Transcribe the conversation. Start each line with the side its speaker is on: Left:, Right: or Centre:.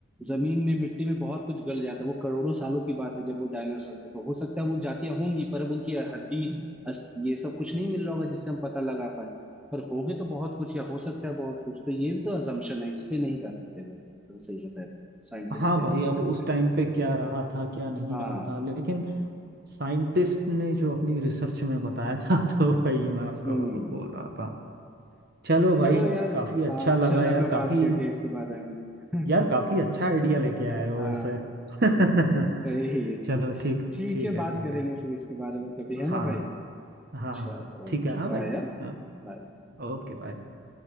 Centre: जमीन में मिट्टी में बहुत कुछ गल जाता है वो करोड़ों सालों की बात है जब वो डायनासोर थे तो हो सकता है वो जातियां होंगी पर अब उनकी हड्डी अस- ये सब कुछ नहीं मिल रहा होगा जिससे हम पता लगा पाए पर होगे तो बहुत कुछ या हो सकता है बहुत कुछ तो ये भी तो assumption है इस पे नहीं जा सकते भाई अगर सही बताए तो। साइंटिस्ट
Right: हाँ
Centre: कैसे
Right: भाई
Centre: बोलने
Right: अब उस
Centre: पे
Right: टाइम पे क्या रहा था क्या नहीं
Centre: हाँ
Right: रहा था लेकिन साइंटिस्ट ने जो अपनी रिसर्च में बताया था <laughs> तो भाई मैं आपको
Centre: हम्म
Right: वो तो बोल रहा था चलो भाई
Centre: चलो यार
Right: काफी अच्छा
Centre: हाँ अच्छा
Right: लगा
Centre: लगा
Right: यार काफी
Centre: बात करके इसके बारे में <laughs>
Right: यार काफी अच्छा आइडिया लेके आए हो
Centre: हाँ
Right: वैसे <laughs>
Centre: सही है
Right: चलो ठीक
Centre: ठीक
Right: ठीक
Centre: है
Right: है
Centre: बात
Right: ठीक
Centre: करेंगे
Right: है
Centre: फिर इसके बारे में कभी
Right: हाँ
Centre: है ना
Right: हाँ
Centre: भाई
Right: हाँ
Centre: चलो
Right: ठीक
Centre: ओके
Right: है हाँ भाई
Centre: बाय
Right: हाँ
Centre: बाय
Right: ओके बाय